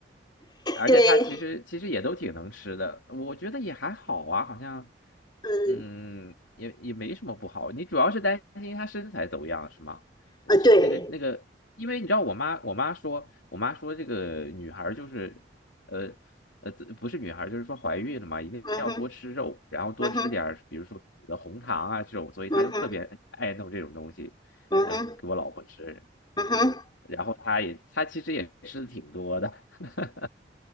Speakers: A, on the left; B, on the left.
A: 而且它其实其实也都挺能吃的，
B: 对，
A: 我觉得也还好啊，好像
B: 嗯，
A: 嗯也也没什么不好。你主要是担心它身材走样是吗？呃是那个那个，
B: 呃，对，
A: 因为你知道我妈我妈说我妈说这个女孩儿就是呃呃自不是女孩儿，就是说怀孕了嘛，一定要多吃肉，
B: 嗯哼。
A: 然后多吃点儿比如说呃红糖啊这种，
B: 嗯哼，
A: 所以她就特别爱弄这种东西，
B: 嗯哼，嗯哼，
A: 呃给我老婆吃，
B: 嗯哼。
A: 然后她也她其实也吃的挺多的。<laughs>